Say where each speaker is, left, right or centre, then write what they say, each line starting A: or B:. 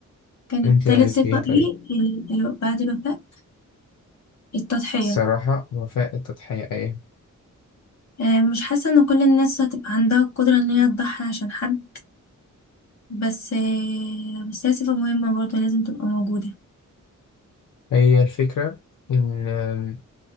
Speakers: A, on the left; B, on the left.
A: كانت
B: أنت
A: تالت
B: رأيك
A: صفة
B: إيه طيب؟
A: ايه ال- ال- بعد الوفاء التضحية
B: الصراحة وفاء التضحية إيه؟
A: آه، مش حاسة ان كل الناس هتبقى عندها القدرة ان هي تضحي عشان حد بس آه، بس هي صفة مهمة برضه لازم تبقى موجودة
B: هي الفكرة إن آم،